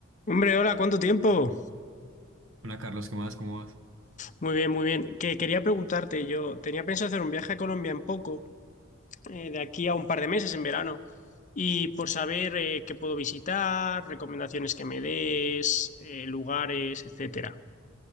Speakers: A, on the left; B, on the right.
A: Hombre, hola, ¿cuánto tiempo?
B: Hola Carlos, ¿qué más? ¿Cómo vas?
A: Muy bien, muy bien. Que quería preguntarte, yo tenía pensado hacer un viaje a Colombia en poco, eh, de aquí a un par de meses en verano, y por saber eh, qué puedo visitar, recomendaciones que me des, eh, lugares, etcétera.